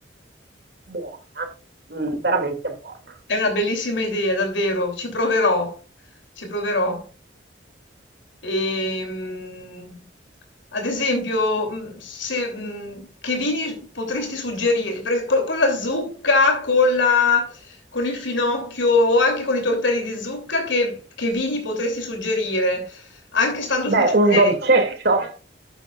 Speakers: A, on the right (about 55°); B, on the left (about 80°).
A: buona, mm, veramente buona.
B: È una bellissima idea, davvero, ci proverò, ci proverò. Ehm, ad esempio, mh, se, mh, che vini potresti suggerire? Per es- co- con, la zucca, con la- con il finocchio o anche con i tortelli di zucca, che, che vini potresti suggerire? Anche stando sul
A: Beh,
B: generico.
A: un dolcetto.